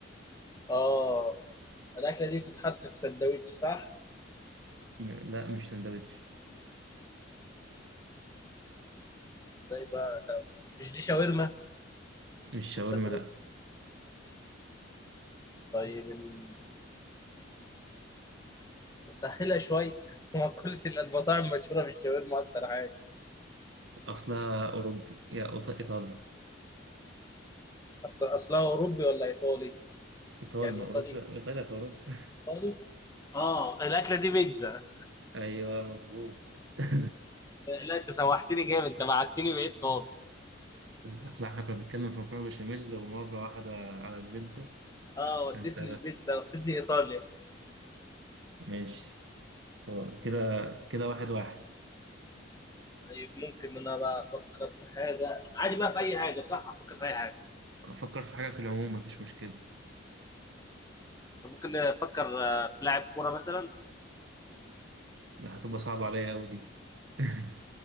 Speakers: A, on the left; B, on the right.
A: اه الاكله دي بتتحط في سندوتش صح
B: م- لا مش سندوتش
A: ازاي بقى طب مش دي شاورما
B: مش شاورما
A: مثلا
B: لا
A: طيب ال- مسهله شويه <laughs> هو كل المطاعم مشهوره بالشاورما اكتر حاجه
B: أصلها أوروبي يا أوط- إيطالي
A: أصل- اصلها اوروبي ولا ايطالي
B: إيطالي
A: يعني
B: ما
A: ايطالي
B: أوروبا إيطاليا في أوروبا <laughs>
A: فاضي اه الاكله دي بيتزا <laughs>
B: أيوه مظبوط <laughs>
A: لا انت سوحتني جامد انت بعتني بعيد خالص
B: أصل إحنا كنا بنتكلم في مكرونة بشاميل ومرة واحدة على البيتزا
A: اه ودتني
B: أنت
A: البيتزا ودتني ايطاليا
B: ماشي آه، كده كده واحد واحد
A: طيب ممكن ان انا بقى افكر في حاجه عادي بقى في اي حاجه صح افكر في اي حاجه
B: افكر في حاجه في العموم مفيش مشكله
A: طب ممكن نفكر آه، في لاعب كوره مثلا
B: لا، هتبقى صعبه عليا قوي دي <laughs>